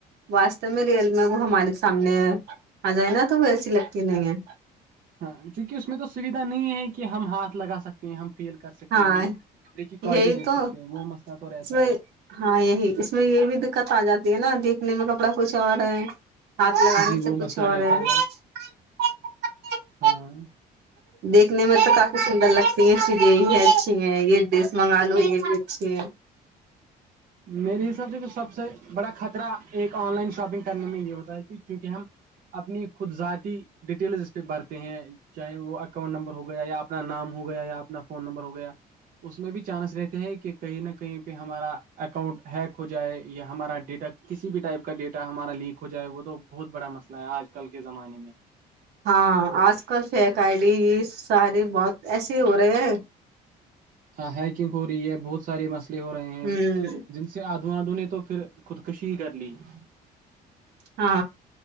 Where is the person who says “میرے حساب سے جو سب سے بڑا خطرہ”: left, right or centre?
Right